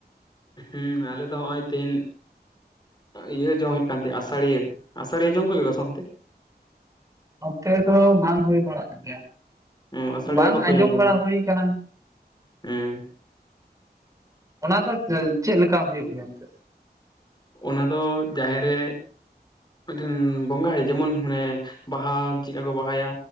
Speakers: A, on the left; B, on the right.
A: ᱦᱩᱸ ᱟᱞᱮ ᱫᱚ ᱦᱚᱸᱜᱼᱚᱭ ᱛᱮᱦᱮᱧ ᱤᱭᱟᱹ ᱡᱚᱢ ᱦᱩᱭᱩᱜ ᱠᱟᱱ ᱛᱟᱸᱦᱮᱫ ᱟᱥᱟᱲᱤᱭᱟᱹ, ᱟᱥᱟᱲᱤᱭᱟᱹ ᱡᱚᱢ ᱠᱚ ᱦᱩᱭᱩᱜᱚ-ᱟ ᱥᱮ ᱚᱱᱛᱮ?
B: ᱱᱚᱛᱮ ᱫᱚ ᱵᱟᱝ ᱦᱩᱭ ᱵᱟᱲᱟᱜ ᱜᱮᱭᱟ
A: ᱦᱮᱸ ᱟᱥᱟᱲᱤᱭᱟᱹ
B: ᱵᱟᱝ
A: ᱵᱟᱠᱚ
B: ᱟᱸᱡᱚᱢ
A: ᱡᱚᱢ ᱠᱚᱜᱮ
B: ᱵᱟᱲᱟ ᱦᱩᱭ ᱟᱠᱟᱱᱟ
A: ᱦᱮᱸ
B: ᱚᱱᱟ ᱫᱚ ᱪᱮᱫ ᱞᱮᱠᱟ ᱦᱩᱭᱩᱜ ᱜᱮᱭᱟ ᱮᱱᱛᱮᱫ
A: ᱚᱱᱟ ᱫᱚ ᱡᱟᱦᱮᱨ ᱨᱮ ᱢᱤᱫᱴᱮᱱ ᱵᱚᱸᱜᱟᱭ ᱡᱮᱢᱚᱱ ᱢᱟᱱᱮ ᱵᱟᱦᱟ ᱪᱮᱫᱞᱮᱠᱟ ᱠᱚ ᱵᱟᱦᱟᱭᱟ